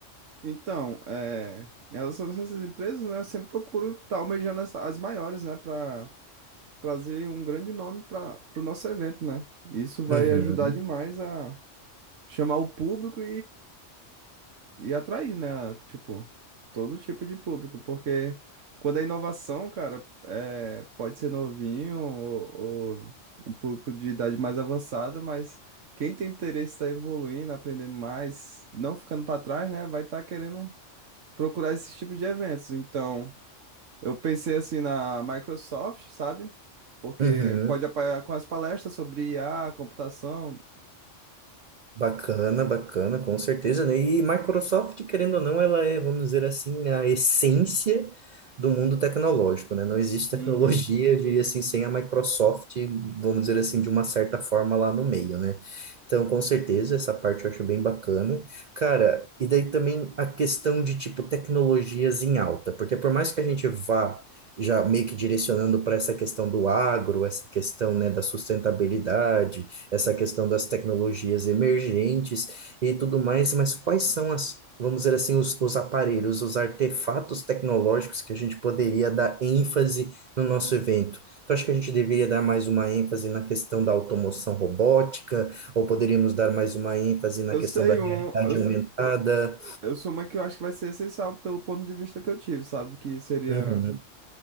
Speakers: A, on the right; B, on the right.
A: Então, é, em relação a essas empresas, né, eu sempre procuro estar almejando as, as maiores, né, para trazer um grande nome para o nosso evento, né? Isso vai
B: Uhum,
A: ajudar demais a chamar o público e atrair, né? Tipo, todo tipo de público, porque quando é inovação, cara, é, pode ser novinho ou, ou um público de idade mais avançada, mas quem tem interesse em estar evoluindo, aprendendo mais, não ficando para trás, né, vai estar querendo procurar esse tipo de eventos. Então, eu pensei assim na Microsoft, sabe? Porque
B: uhum.
A: pode apoiar com as palestras sobre I a computação.
B: Bacana, bacana, com certeza, né? E Microsoft, querendo ou não, ela é, vamos dizer assim, a essência do mundo tecnológico, né? Não existe <laughs>
A: Uhum.
B: tecnologia, eu diria assim, sem a Microsoft, vamos dizer assim, de uma certa forma lá no meio, né? Então, com certeza, essa parte eu acho bem bacana. Cara, e daí também a questão de, tipo, tecnologias em alta, porque por mais que a gente vá já meio que direcionando para essa questão do agro, essa questão, né, da sustentabilidade, essa questão das tecnologias emergentes e tudo mais, mas quais são as, vamos dizer assim, os, os aparelhos, os artefatos tecnológicos que a gente poderia dar ênfase no nosso evento? Tu acha que a gente deveria dar mais uma ênfase na questão da automação robótica, ou poderíamos dar mais uma ênfase na
A: Eu
B: questão
A: sei
B: da realidade
A: um. Eu,
B: aumentada?
A: Eu sou uma que eu acho que vai ser essencial pelo ponto de vista que eu tive, sabe? Que seria.
B: Uhum.